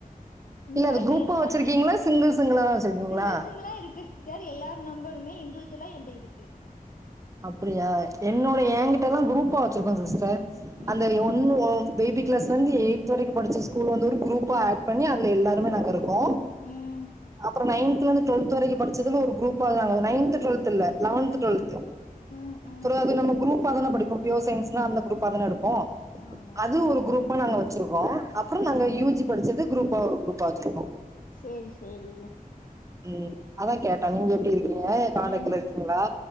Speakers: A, on the left; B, on the right.
A: இன்னு
B: இல்ல
A: வர
B: அது குரூப்பா
A: பேசதா
B: வச்சிருக்கீங்களா
A: செய்வாங்க
B: சிங்கிள் சிங்கிளாதா வச்சிருக்கீங்களா
A: சிங்கிள் சிங்கிளா இருக்கு சிஸ் சர் எல்லார் நம்பருமே இன்டுஜுவலா என்ட்ட இருக்கு
B: அப்டியா என்னோட
A: ம்
B: எங்கிட்ட எல்லா குரூப்பா வச்சிருக்கோ சிஸ்டர்
A: ம்
B: அந்த
A: ம்
B: ஒன்னு ஒ பேபி கிளாஸ்லேந்து எயித் வரைக்கு படிச்ச ஸ்கூல் வந்து ஒரு குரூப்பா ஆட் பண்ணி அதுல எல்லாருமே நாங்கருக்கோ
A: ம்
B: அப்பறோ நைந்த்ல இருந்து டுவல்த் வரைக்கு படிச்சதும ஒரு குரூப்பாதா நைந்த் டுவெல்த் இல்ல லவன்த் டுவெல்த்
A: ம் ம்
B: <unintelligible> அது நம்ம குரூப்பா தானே படிப்போ பியூர் சயின்ஸ்னா அந்த குரூப்பா தானே எடுப்போ
A: ஆமா
B: அது ஒரு குரூப்பா நாங்க வச்சிருக்கோ அப்பறோ
A: சேரி
B: நாங்க யூ ஜி படிச்சது குரூப்பா ஒரு குரூப்பா வச்சிருக்கோ
A: சேரி சேரி
B: ம் அதா கேட்டாங் நீங்க எப்டி இருக்கீங்க கான்டாக்ட்ல
A: என்
B: இருக்கீங்களா